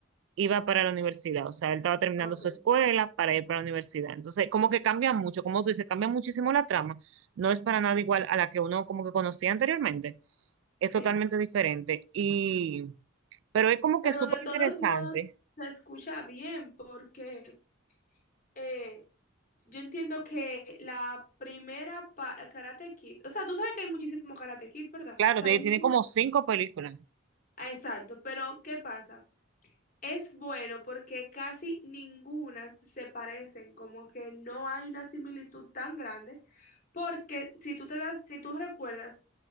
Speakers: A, on the right (about 70°); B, on the left (about 40°).
A: iba para la universidad. O sea, él estaba terminando
B: Ok.
A: su escuela para ir para la universidad. Entonces, como que cambia mucho, como tú dices, cambia muchísimo la trama. No es para nada igual a la que uno como que conocía anteriormente. Es
B: Sí.
A: totalmente diferente. Y, pero es como
B: Pero
A: que súper
B: de todos
A: interesante.
B: modos se escucha bien porque eh, yo entiendo que la primera para Karate Kid, o sea, tú sabes que hay muchísimo Karate Kid, ¿verdad?
A: Claro,
B: O sea,
A: tiene
B: hay mu-
A: tiene como cinco películas.
B: Ah, Exacto, pero ¿qué pasa? Es bueno porque casi ninguna se parecen, como que no hay una similitud tan grande, porque si tú te das, si tú recuerdas,